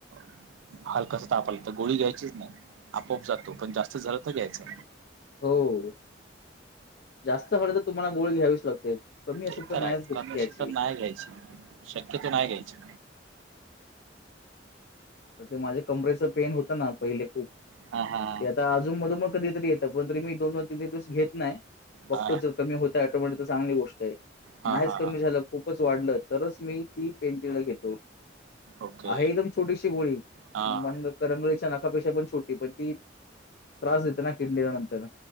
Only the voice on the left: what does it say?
हो. जास्त झालं तर तुम्हाला गोळी घ्यावीच लागते. कमी असेल
नाहीच
घेत
घ्यायची.
तर ते माझ्या कमरेच पेन होतं ना पहिले खूप ते
आता अजून मधून मग -- कधीतरी येतं पण तरी मी दोन दोन तीन दिवस घेत नाही बघतो
जर कमी होत टोमॅट तर चांगली गोष्टहायं.
नाहीच
कमी
झालं खूपच वाढलं तरच, मी ती पेंटिला घेतो.
आहे एकदम छोटीशी गोळी
मन करंगळीच्या नाकाापेक्षा पण छोटी पण ती त्रास देते ना किडलीला नंतर.